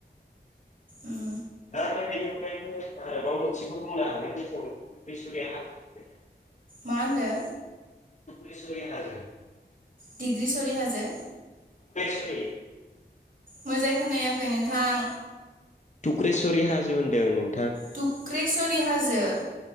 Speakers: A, on the right; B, on the left.
A: उम।
B: दा ओमफ्राय बेनि अनगायैबो आरोबाव मोनसेखौ बुंनो हागोन जे जों रिसुरया हाजो
A: मा होनदो?
B: रिसुरिया हाजो।
A: डिग्रि सरिहाजो?
B: बेसरि
A: मोजां खोनायाखै नोंथां।
B: टुक्रेस्वरि हाजो होनदों नों
A: थुक्रेसरि हाजो।